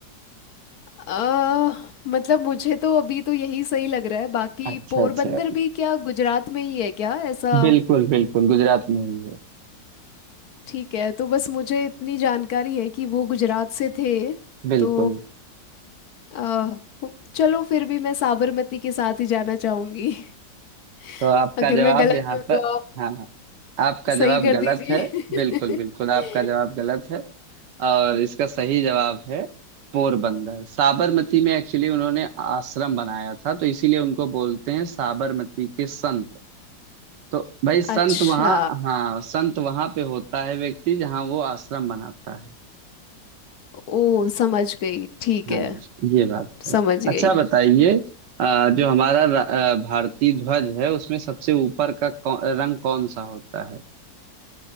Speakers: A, on the left; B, on the right.
A: आ, मतलब मुझे तो अभी तो यही सही लग रहा है बाकी
B: अच्छा
A: पोरबंदर
B: अच्छा
A: भी क्या गुजरात में ही है क्या ऐसा
B: बिल्कुल बिल्कुल गुजरात में ही है
A: ठीक है तो बस मुझे इतनी जानकारी है कि वो गुजरात से थे
B: बिल्कुल
A: तो आ, हु- चलो फिर भी मैं साबरमती के साथ ही जाना चाहूंगी <laughs>
B: तो आपका
A: अगर
B: जवाब
A: मैं गलत
B: यहाँ
A: हूँ
B: पर
A: तो आप
B: हाँ हाँ आपका जवाब
A: सही कर
B: गलत
A: दीजिए
B: है बिल्कुल बिल्कुल
A: <laughs>
B: आपका जवाब गलत है और इसका सही जवाब है पोरबंदर साबरमती में एक्चुअली उन्होंने आश्रम बनाया था तो इसीलिए उनको बोलते हैं साबरमती के संत तो भाई संत
A: अच्छा
B: वहाँ हाँ संत वहाँ पे होता है व्यक्ति जहाँ वो आश्रम बनाता है
A: ओ समझ गई ठीक
B: हाँ
A: है
B: ये बात है
A: समझ गई
B: अच्छा बताइए अ, जो हमारा रा- अ, भारतीय ध्वज है उसमें सबसे ऊपर का कौ, रंग कौन सा होता है